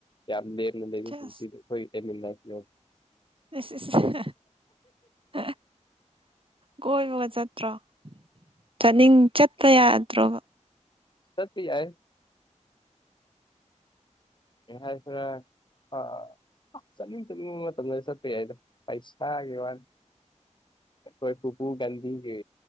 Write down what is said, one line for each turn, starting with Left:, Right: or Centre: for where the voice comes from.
Left: ꯌꯥꯝ ꯂꯦꯝꯅ ꯂꯩꯕ
Right: ꯁꯦꯁ
Left: ꯄꯨꯟꯁꯤꯗꯨ ꯍꯣꯏ ꯑꯦꯝ ꯏꯟ ꯂꯥꯏꯐꯅꯦ
Right: ꯑꯁ ꯑꯁ ꯑꯁ ꯍ ꯍ ꯍꯥ ꯀꯣꯏꯕꯒ ꯆꯠꯇ꯭ꯔꯣ ꯆꯠꯅꯤꯡ ꯆꯠꯄ ꯌꯥꯗ꯭ꯔꯣꯕ
Left: ꯆꯠꯄ ꯌꯥꯏ ꯀꯩ ꯍꯥꯏꯁꯤꯔ ꯑ ꯆꯠꯅꯤꯡ ꯆꯠꯅꯤꯡꯕ ꯃꯇꯝꯗꯗꯤ ꯆꯠꯄ ꯌꯥꯏꯗ ꯄꯩꯁꯥꯒꯤ ꯋꯥꯅꯤ ꯑꯩꯈꯣꯏ ꯄꯨꯄꯨ ꯒꯥꯟꯗꯤꯒꯤ